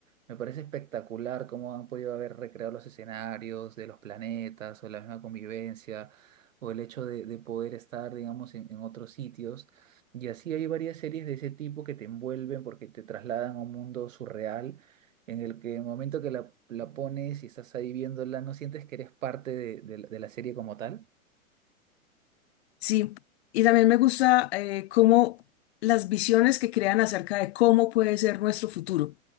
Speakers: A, on the right; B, on the left.
A: Me parece espectacular cómo han podido haber recreado los escenarios de los planetas o la misma convivencia o el hecho de, de poder estar, digamos, en, en otros sitios. Y así hay varias series de ese tipo que te envuelven porque te trasladan a un mundo surreal en el que en el momento que la, la pones y estás ahí viéndola, no sientes que eres parte de de la de la serie como tal.
B: Sí, y también me gusta eh, cómo las visiones que crean acerca de cómo puede ser nuestro futuro.